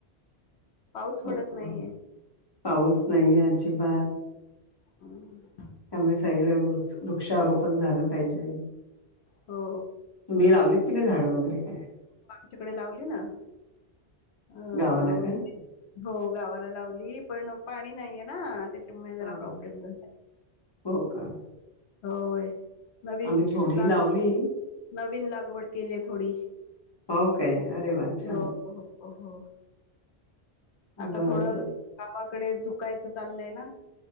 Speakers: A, on the left; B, on the left.
A: पाऊस
B: अं,
A: पडत नाहीये
B: पाऊस नाहीये अजिबात
A: हम्म
B: त्यामुळे सगळे वृ वृक्षारोपण झालं पाहिजे
A: हो
B: तुम्ही लावत की नाही झाडं वगैरे काय
A: तिकडे लावली ना अ
B: गावाला
A: म्हणजे
B: का?
A: हो गावाला लावली पण पाणी नाहीये ना जरा
B: हा
A: प्रॉब्लेम
B: हो का
A: होय नवीन
B: आम्ही थोडी
A: लाग
B: लावली.
A: नवीन लागवड केली थोडी
B: हो काय अरे वा छान
A: हो हो हो आता
B: बरं
A: थोडं
B: बरं
A: गावाकडे झुकायचं चाललंय ना